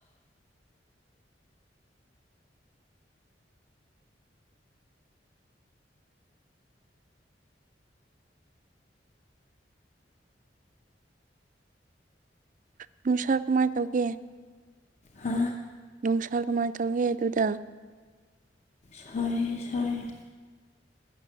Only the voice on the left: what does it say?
ꯍꯥ
ꯁꯥꯏꯌꯦ ꯁꯥꯏꯌꯦ